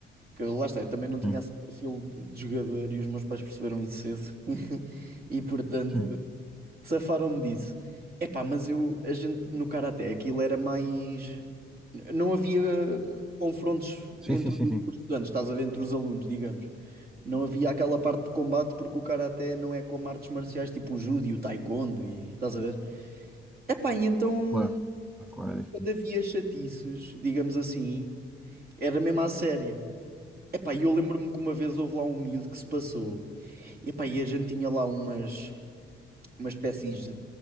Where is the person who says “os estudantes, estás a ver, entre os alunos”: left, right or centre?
Right